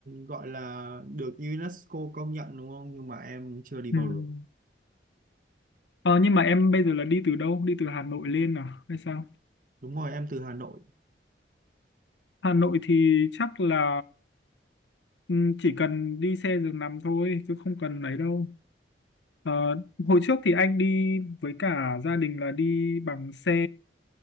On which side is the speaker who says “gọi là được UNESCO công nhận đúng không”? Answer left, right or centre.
Right